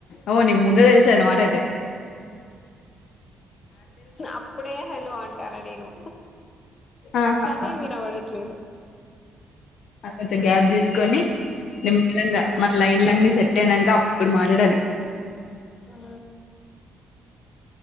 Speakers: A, on the left; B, on the left.
A: ఓ నీకు ముందే తెలుసుఅన్న మాటయితే
B: అప్పుడే హలో అంటాను నేను
A: ఆహా
B: కానీ వినవడట్లేదు
A: ఆ కొంచెం గ్యాప్ తీసుకొని నిమ్మలంగా మన లైన్లు అన్ని సెట్ అయినాక అప్పుడు మాట్లాడాలి
B: ఆ